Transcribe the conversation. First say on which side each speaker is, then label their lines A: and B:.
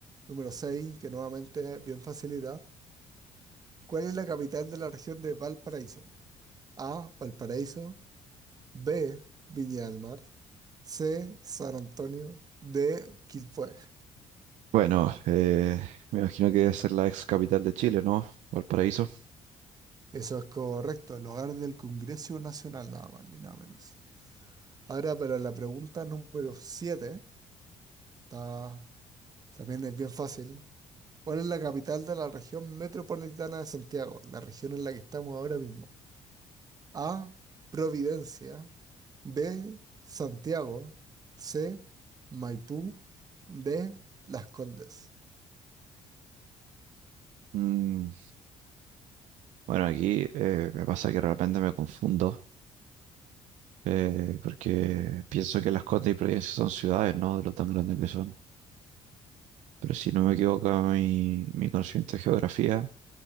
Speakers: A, on the right; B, on the right.
A: número seis que nuevamente es bien facilidad, ¿cuál es la capital de la región de Valparaíso? A, Valparaíso, B, Viña del Mar. C, San Antonio. D, Quilpué.
B: Bueno, eh, me imagino que debe ser la ex capital de Chile, ¿no? Valparaíso.
A: Eso es correcto, el hogar del Congreso Nacional, nada más ni nada menos. Ahora para la pregunta número 7, está, también es bien fácil. ¿Cuál es la capital de la región metropolitana de Santiago, la región en la que estamos ahora mismo? A, Providencia. B, Santiago. C, Maipú. D, Las Condes.
B: Mm, bueno, aquí eh, me pasa que realmente me confundo, eh, porque pienso que Las Condes y Providencia son ciudades, ¿no? De lo tan grandes que son. Pero si no me equivoco, mi, mi conocimiento de geografía